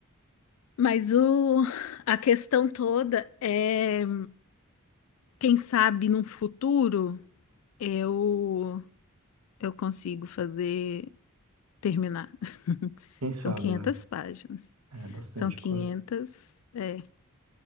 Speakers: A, on the left; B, on the right.
A: Mas o, a questão toda é, quem sabe num futuro eu eu consigo fazer terminar. <laughs>
B: Quem sabe,
A: São 500
B: né?
A: páginas.
B: É bastante
A: São 500
B: coisa.
A: é.